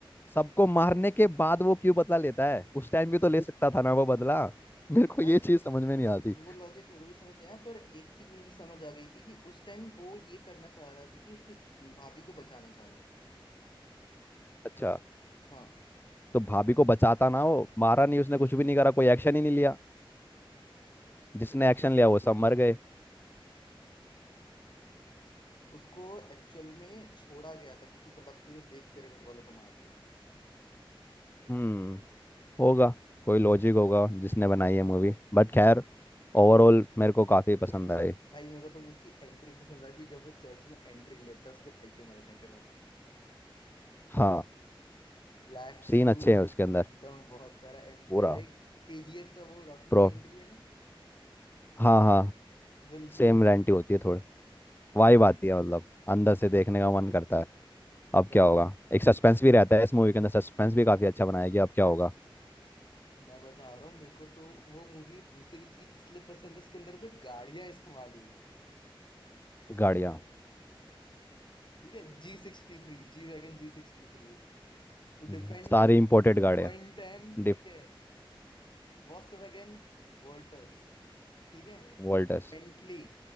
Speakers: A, on the left (about 25°); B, on the left (about 55°).
A: सबको मारने के बाद वो क्यों बदला लेता है उस टाइम भी तो ले सकता था ना वो बदला मेरे
B: हम्म,
A: को
B: भाई
A: ये चीज समझ में नहीं आती
B: वो लॉजिक मेरे को भी समझ नहीं आया पर एक चीज मुझे समझ आ गई थी कि उस टाइम वो ये करना चाह रहा था कि उसकी भाभी को बचाना चाह रहा
A: अच्छा
B: था हाँ
A: तो भाभी को बचाता ना वो मारा नहीं उसने कुछ भी नहीं करा कोई एक्शन ही नहीं लिया जिसने एक्शन लिया वो सब मर गए
B: उसको एक्चुअल में छोड़ा गया था कि तू तड़पते हुए देख तेरे घर वालों को मारा
A: हम्म होगा कोई लॉजिक होगा जिसने बनाई है मूवी बट खैर
B: है
A: ओवरऑल
B: भाई
A: मेरे को काफी पसंद आई
B: भाई मेरे को तो उसकी एंट्री पसंद आती है जब वो चर्च में एंट्री लेता है उसके भाई के मरने के बाद
A: हाँ
B: ब्लैक
A: सीन
B: सूट
A: अच्छे हैं उसके अंदर
B: एकदम बहुत प्यारा एंट्री
A: पूरा
B: लाइक केजीएफ का वो रॉकी
A: प्रो
B: का एंट्री है ना
A: हाँ हाँ
B: बिल्कुल
A: सेम रेंटी होती है थोड़ी वाइब आती है मतलब अंदर से देखने का मन करता है अब
B: भाई
A: क्या होगा एक सस्पेंस भी रहता है इस मूवी के अंदर सस्पेंस भी काफी अच्छा बनाया गया अब क्या होगा
B: मैं बता रहा हूँ मेरे को तो वो मूवी दूसरी चीज इसलिए पसंद है उसके अंदर जो गाड़ियां इस्तेमाल हुई है
A: गाड़ियाँ
B: ठीक है जी सिक्सटी थ्री जी वैगन जी सिक्सटी थ्री
A: हम्म,
B: डिफेंडर
A: सारी इंपोर्टेड गाड़ियाँ
B: वन टेन ठीक
A: डिफ
B: है वॉक्सवैगन वोल्टस ठीक है
A: वोल्टस
B: बेंटली